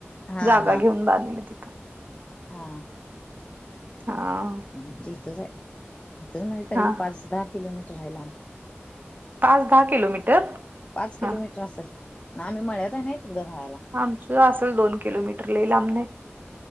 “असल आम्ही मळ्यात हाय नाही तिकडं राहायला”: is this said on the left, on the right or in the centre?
Left